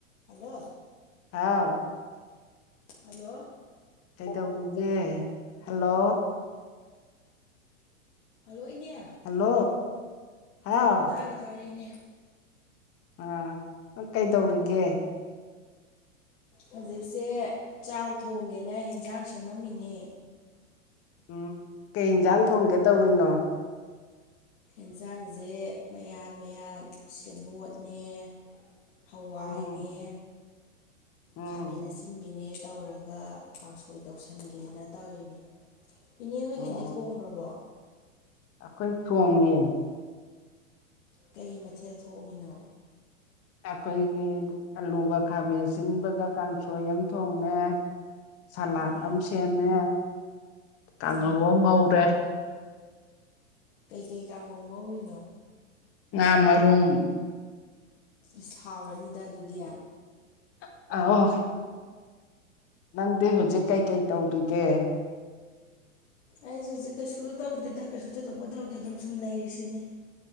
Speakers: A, on the left; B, on the left.
A: hello
B: ꯍꯥꯎ
A: hello
B: ꯀꯩꯗꯧꯔꯤꯒꯦ hello
A: hello ꯏꯅꯦ
B: ꯍꯜꯂꯣ ꯍꯥꯎ
A: ꯑꯣ ꯇꯥꯔꯦ ꯇꯥꯔꯦ ꯏꯅꯦ
B: ꯑꯥ ꯅꯪ ꯀꯩꯗꯧꯔꯤꯒꯦ
A: ꯍꯧꯖꯤꯛꯁꯦ ꯆꯥꯛ ꯊꯣꯡꯒꯦꯅ ꯑꯦꯟꯁꯥꯡ ꯁꯦꯝꯃꯝꯃꯤꯅꯦ
B: ꯎꯝ ꯀꯩ ꯌꯦꯟꯁꯥꯡ ꯊꯣꯡꯒꯦ ꯇꯧꯔꯤꯅꯣ
A: ꯑꯦꯟꯁꯥꯡꯁꯦ ꯃꯌꯥꯟ ꯃꯌꯥꯟ ꯁꯦꯕꯣꯠꯅꯦ ꯍꯋꯥꯏꯅꯦ
B: ꯎꯝ ꯎꯝ
A: ꯈꯥꯃꯦꯟ ꯑꯁꯤꯟꯕꯤꯅꯦ ꯇꯧꯔꯒ ꯀꯥꯡꯁꯣꯏ ꯇꯧꯁꯤꯟꯒꯦꯅ ꯇꯧꯔꯤꯅꯦ ꯏꯅꯦ ꯍꯣꯏꯒꯤꯗꯤ
B: ꯑꯣ
A: ꯊꯣꯡꯈ꯭ꯔꯕꯣ
B: ꯑꯩꯈꯣꯏ ꯊꯣꯡꯉꯦ
A: ꯀꯩ ꯃꯊꯦꯜ ꯊꯣꯛꯉꯤꯅꯣ
B: ꯑꯩꯈꯣꯏꯒꯤ ꯑꯂꯨꯒ ꯈꯥꯃꯦꯟ ꯑꯁꯤꯟꯕꯒ ꯀꯥꯡꯁꯣꯏ ꯑꯃ ꯊꯣꯡꯉꯦ ꯁꯂꯥꯗ
A: ꯑꯥ
B: ꯑꯃ ꯁꯦꯝꯃꯦ ꯀꯥꯡꯥꯡꯉꯒꯣꯡ
A: ꯎꯝ
B: ꯉꯧꯔꯦ
A: ꯀꯩꯀꯩ ꯀꯥꯡꯉꯧ ꯉꯧꯔꯤꯅꯣ
B: ꯉ ꯃꯔꯨꯝꯝ
A: ꯏꯁ ꯍꯥꯎꯔꯅꯤꯗ ꯑꯗꯨꯗꯤ
B: ꯑ ꯅꯪꯗꯤ ꯍꯧꯖꯤꯛ ꯀꯩꯀꯩ ꯇꯧꯔꯤꯒꯦ
A: ꯑꯩꯁ ꯍꯧꯖꯤꯛ ꯀꯩꯁꯨ ꯇꯧꯗꯦꯗ ꯀꯩꯁꯨ ꯊꯣꯏꯗꯣꯛꯄ ꯇꯧꯗꯦ ꯑꯗꯨꯝ ꯁꯨꯝ ꯂꯩꯔꯤꯁꯤꯅꯤ